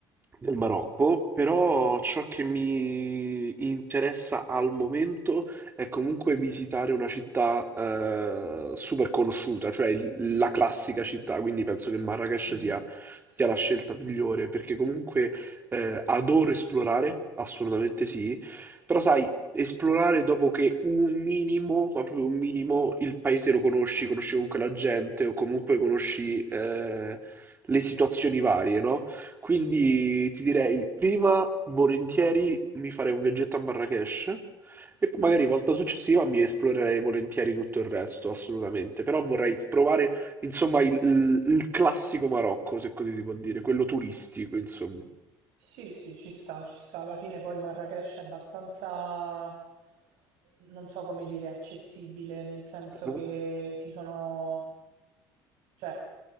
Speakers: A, on the right (about 20°); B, on the right (about 75°).
A: del Marocco, però ciò che mi interessa al momento è comunque visitare una città eh, super conosciuta, cioè il- la classica città, quindi penso che Marrakech
B: Mhm.
A: sia, sia la scelta migliore, perché comunque eh, adoro esplorare, assolutamente sì, però sai, esplorare dopo che un minimo, ma proprio un minimo, il paese lo conosci, conosci comunque la gente o comunque conosci... eh, le situazioni varie, no? Quindi ti direi, prima volentieri mi farei un viaggetto a Marrakesh e poi
B: Mm.
A: magari volta successiva mi esplorerei volentieri tutto il resto, assolutamente. Però vorrei provare, insomma, il, il classico Marocco, se così si può dire, quello turistico, insomma.
B: Sì, sì, ci sta, ci sta. Alla fine poi Marrakech è abbastanza, non so come dire, accessibile, nel senso
A: Mhm.
B: che ci sono, cioè,